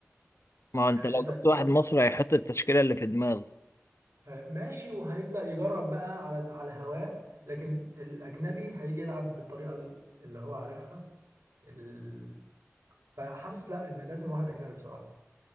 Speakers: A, on the left; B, on the right.
A: ما هو انت
B: يعني
A: لو
B: هيبدا
A: جبت
B: يجرب
A: واحد مصري هيحط التشكيله اللي في دماغه
B: ه- ماشي وهيبدا يجرب بقى على على هواه لكن الاجنبي هيجي يلعب بالطريقه ال- اللي هو عارفها ال... فحاسس لا ان لازم واحد اجنبي بصراحه